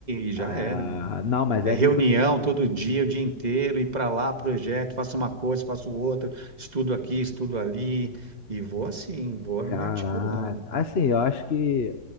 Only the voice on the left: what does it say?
Ah,
não, mas
é
aquilo que eu... sou.
Caralho.
Assim, eu acho que